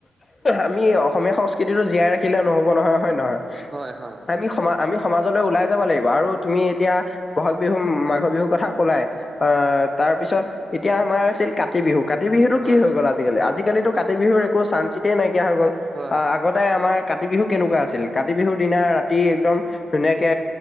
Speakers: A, on the left (about 35°); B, on the right (about 35°).
A: আমি অসমীয়া সংস্কৃতিটো জীয়াই ৰাখিলে নহ'ব নহয়, হয় নে নহয়?
B: হয়, হয়।
A: আমি সম, আমি সমাজলৈ ওলাই যাব লাগিব আৰু তুমি এতিয়া বহাগ বিহু, মাঘৰ বিহুৰ কথা কলাই। আহ, তাৰপিছত এতিয়া আমাৰ আছিল কাতি বিহু। কাতি বিহুতটো
B: হয়,
A: কি হৈ গ'ল আজিকালি, আজিকালিতো কাতি বিহুৰ একো চানচিতেই নাইকিয়া হৈ গ'ল,
B: হয়,
A: আহ আগতে আমাৰ কাতি বিহু কেনেকুৱা আছিল, কাতি বিহুৰ দিনা ৰাতি একদম ধুনীয়াকে